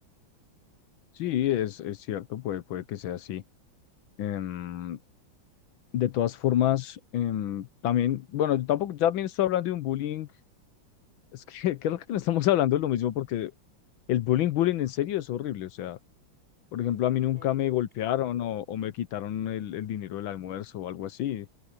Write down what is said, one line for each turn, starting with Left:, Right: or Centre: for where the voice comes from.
Left: sí, es, es cierto, puede, puede que sea así. Em, de todas formas, em, también, bueno, yo tampoco, ya también estoy hablando de un bullying, es que <laughs> creo que no estamos hablando de lo mismo porque el bullying, bullying en serio es horrible, o sea, por ejemplo, a mí nunca
Right: Oh,
Left: me
Right: claro,
Left: golpearon
Right: claro.
Left: o, o me quitaron el, el dinero del almuerzo o algo así.